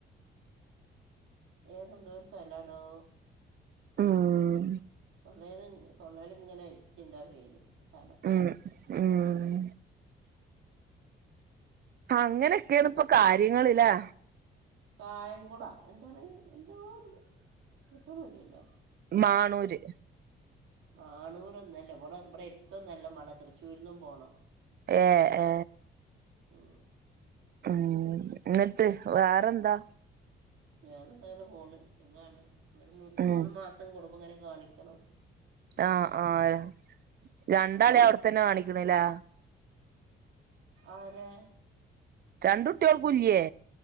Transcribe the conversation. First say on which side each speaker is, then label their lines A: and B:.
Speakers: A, on the right; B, on the right.
A: വേറെന്തോ ഒരു സ്ഥലാടോ
B: ഉം
A: തൊള്ളേല് തൊള്ളേല് ഇങ്ങനെ ഇരിച്ചണ്ടാ ആ പേര് സ്ഥലം
B: ഉം ഉം അങ്ങനെ അങ്ങനെയാണ് ഇപ്പ കാര്യങ്ങള് ല്ലേ
A: കായംകുളാ എന്താണ് എന്തോ ഒരു കിട്ടണുഇല്ലല്ലോ
B: മാണൂര്
A: മാണൂരോന്നും അല്ല ഇവിടെ ഇവിടെ അടുത്തൊന്നല്ല മളെ തൃശ്ശൂരിന്നും പോണം
B: എ ഏ
A: ഉം
B: ഉം എന്നിട്ട് വേറെന്താ
A: വേറെന്താ ഇങ്ങനെപോണ് സുഖാണ് ഇനി ഒരു മു
B: ഉം
A: മൂന്നുമാസം കുടുമ്പോ ഇങ്ങനെ കാണിക്കണം
B: ആ ആ ര രണ്ടാളേയും അവിടെത്തന്നെ കാണിക്കണേല്ലേ
A: ആരെ
B: രണ്ടു കുട്ടിയോൾക്കും ഇല്ലേ